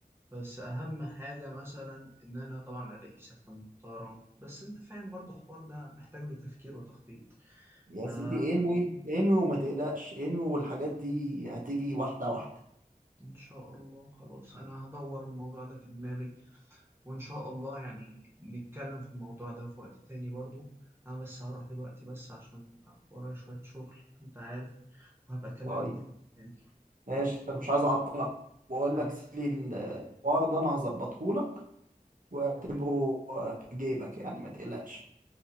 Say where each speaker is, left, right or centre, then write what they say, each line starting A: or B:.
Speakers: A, on the right; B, on the right.
A: بس اهم حاجه مثلا ان انا طبعا الاقي سكن محترم بس انت فاهم برضه الحوار ده محتاج له تفكير وتخطيط
B: يا
A: فان
B: سيدي انوي انوي وما تقلقش انوي والحاجات دي هتيجي واحدة واحدة
A: شاء الله خلاص انا هدور الموضوع ده في دماغي وان شاء الله يعني نتكلم في الموضوع ده في وقت تاني برضه انا بس هروح دلوقتي بس عشان ورايا شويه شغل انت عارف وهبقى اكلمك
B: طيب
A: في وقت تاني
B: ماشي انا مش عايز اعطلك بقول
A: حبيبي
B: لك سيب لي الحوار ده انا هظبطه لك واعتبره في جيبك يعني ما تقلقش